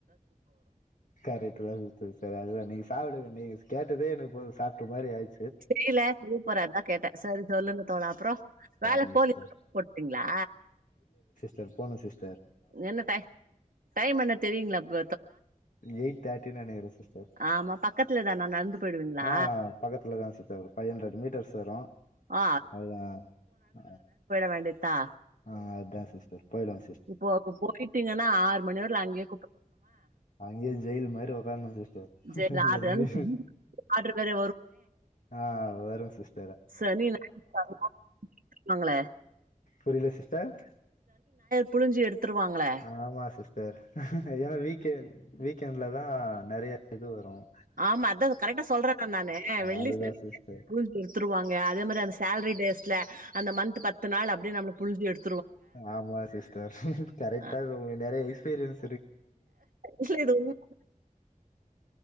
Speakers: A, on the left; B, on the right.
A: கரெட்டுதா வித்து சா அது தா நீங் சாப்புடுங்க நீங்க கேட்டதே எனக்கு போது சாப்ட்ட மாரி ஆய்டு
B: செய்யில கூப்புறே அதா கேட் சரி சொல்லுங்க தோழா அப்புறோ
A: சரிங்க
B: வேல போலி
A: சிஸ்டர்
B: போட்டீங்ளா
A: டர் போனு சிஸ்
B: என்ன டைம் டைம் என்ன தெரியிங்களா இப்ப
A: எயிட் தேர்ட்டினு நெனக்கிறே சிஸ்டர்
B: ஆமா பக்கத்துல தானா நடந்து போயிடுவீங்களா
A: ஆஹ் பக்கத்துலதா சிஸ்டர் பைவ் ஹண்ட்ரட் மீட்டர்ஸ் வரும்
B: ஆ
A: அதா ஆஹ்
B: வேண்டித்தா
A: ஆஹ் அதா சிஸ்டர் போயிடலா
B: இப்போ ப்போ போயிட்டீங்கன்னா ஆறு மணிவர்ல அங்கயே
A: அங்கே ஜெயில் மாரி உக்காரணு சிஸ்டர்
B: சரி ஆர்டர்
A: ஒரு மீ
B: ஆர்டர் வேற
A: ஆஹ் வரு சிஸ்
B: சனியன <inaudible>
A: புரியில சிஸ் டர்
B: புழிஞ்சு எடுத்துருவாங்களே
A: ஆமா சிஸ்டர் ஏன்னா வீக் வே வீக்கெண்டில தா நெறைய இது வரும்
B: ஆமா அதா கரெக்டா சொல்றேன நானு வெள்ளி
A: அதுதா
B: சனி
A: சிஸ்டர்
B: <unintelligible> த்ருவாங்க அதே மாதி அந்த சேலரி டேஸ்ல அந்த மந்த் பத்து நாள் அப்படியே நம்ம புலுஞ்சி எடு
A: ஆமா சிஸ்டர் கரெக்டா
B: அஹ்
A: சொ நெறய சேரி
B: இல்ல இது <inaudible>